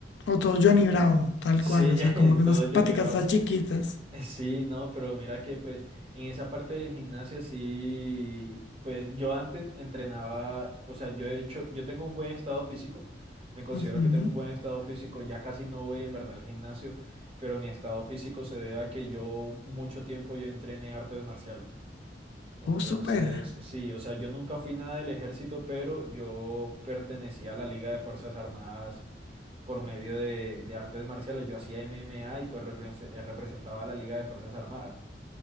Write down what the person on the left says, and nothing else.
O todo Johnny Bravo, tal
cual, o
sea, como que
unas
patitas
tan chiquitas.
Ujú.
Oh, súper.